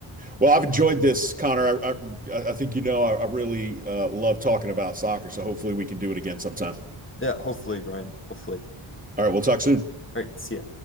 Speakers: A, on the right; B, on the left.
A: Well, I've enjoyed this, Connor. I I, I think you know I, I really uh, love talking about soccer, so hopefully we can do it again sometime.
B: Yeah, hopefully, Brian. Hopefully.
A: All right, we'll talk soon.
B: All right, see ya.